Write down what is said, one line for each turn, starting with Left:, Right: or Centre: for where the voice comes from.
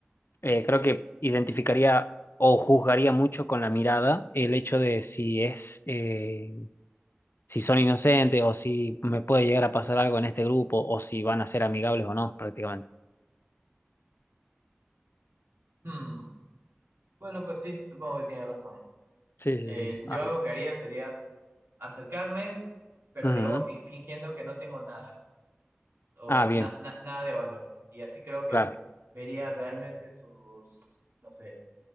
Left: eh, creo que identificaría o juzgaría mucho con la mirada el hecho de si es, eh, si son inocentes o si me puede llegar a pasar algo en este grupo o si van a ser amigables o no, prácticamente.
Right: Hmm. Bueno, pues sí, supongo que tiene razón.
Left: Sí, sí,
Right: Eh,
Left: sí.
Right: yo
Left: Ah,
Right: algo que haría sería acercarme, pero
Left: ujú.
Right: digamos fin- fingiendo que no tengo nada o
Left: Ah, bien.
Right: na- na- nada de valor. Y así creo que
Left: Claro,
Right: vería realmente sus, no sé,